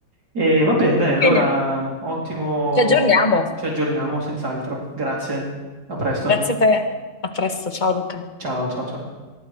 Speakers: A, on the right (about 80°); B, on the left (about 30°).
A: E va bene, dai, allora,
B: Bene,
A: ottimo,
B: ci aggiorniamo.
A: ci aggiorniamo senz'altro. Grazie, a presto.
B: Grazie a te, a presto, ciao Luca.
A: Ciao, ciao, ciao.